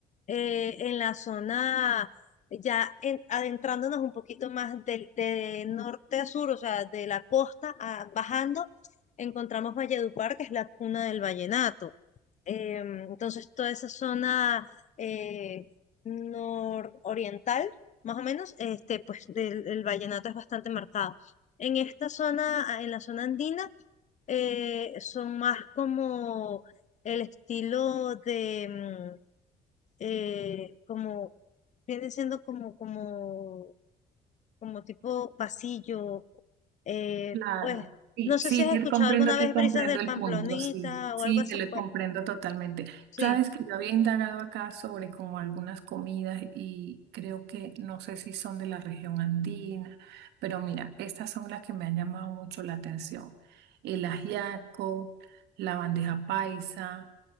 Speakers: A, on the left; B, on the right.
A: Eh, en la zona, ya en- adentrándonos un poquito más del de norte a sur, o sea, de la costa a- bajando encontramos Valledupar, que es la cuna del vallenato. Eh, entonces, toda esa zona eh, nororiental, más o menos, este, pues del, el vallenato es bastante marcado. En esta zona, ah, en la zona andina, eh, son más como el estilo de, mm, eh, como, vienen siendo como, como como tipo pasillo. eh,
B: Claro,
A: pues,
B: sí,
A: no sé
B: sí,
A: si has
B: te
A: escuchado
B: comprendo,
A: alguna
B: te
A: vez
B: comprendo
A: Brisas del
B: el
A: Pamplonita
B: punto, sí, sí,
A: o algo así.
B: te lo
A: Pues,
B: comprendo totalmente.
A: sí,
B: Sabes que yo había indagado acá sobre como algunas comidas y creo que no sé si son de la región andina, pero mira, estas son las que me han llamado mucho la atención. El ajiaco, la bandeja paisa,